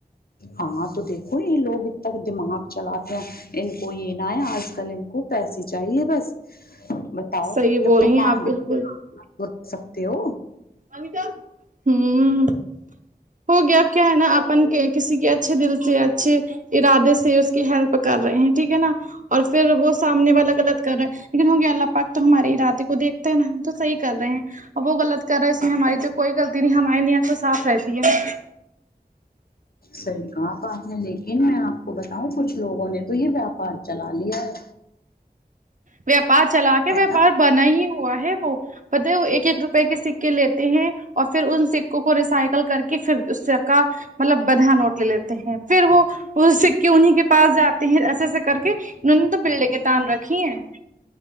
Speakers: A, on the left (about 65°); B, on the right (about 50°).
A: ہاں تو دیکھو یہ لوگ اتنا دماغ چلاتے ہیں ان کو یہ نہ ہے آج کل ان کو پیسے چاہیے بس بتاؤ
B: صحیح بول
A: جب تم
B: رہی ہیں
A: مانگ
B: آپ بالکل
A: سکتے ہو
B: ہمم ہو گیا کیا ہے نا اپن کسی کیا اچھے دل سے اچھے ارادے سے اس کی ہیلپ کر رہے ہیں ٹھیک ہے نا اور پھر وہ سامنے والا غلط کر رہا ہے لیکن ہو گیا اللہ پاک تو ہمارے ارادے کو دیکھتے ہیں نا ہم تو صحیح کر رہے ہیں وہ غلط کر رہے اس میں ہماری تو کوئی غلطی نہیں ہے ہماری نیت تو صاف رہتی ہے
A: صحیح کہا آپا آپ نے لیکن میں آپ کو بتاؤں کچھ لوگوں نے تو یہ ویاپار چلا لیا ہے
B: ویاپار چلا کے
A: ہے
B: ویاپار
A: نا
B: بنا ہی ہوا ہے وہ پتے ہے وہ ایک ایک روپے کے سکے لیتے ہیں اور پھر ان سکوں کو ریسائیکل کر کے پھر سکا مطلب بندھا نوٹ لے لیتے ہیں پھر وہ وہ سکے انہیں کے پاس جاتے ہیں ایسے ایسے کر کے انہوں نے تو پہلے کے تام رکھی ہیں